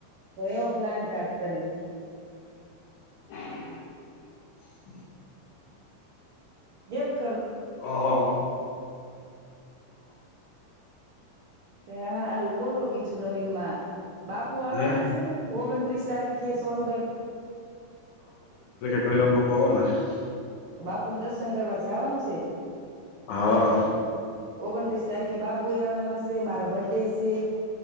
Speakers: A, on the right; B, on the left.
A: તો યો પ્લાન કાક કરવી.
B: <inaudible>
A: જેમ
B: અહ હા.
A: <unintelligible> હારું બોલો બીજું નવીન માં. બાપુ આવાના
B: હે
A: છે ને ઓગણત્રીસ તારીખે સોનગઢ.
B: <unintelligible> આવાના.
A: તો બાપુને દર્શન કરવા જાવાનું સે.
B: હા
A: ઓગણત્રીસ તારીખે બાપુ આવવાનો સે મારો બરડે છે.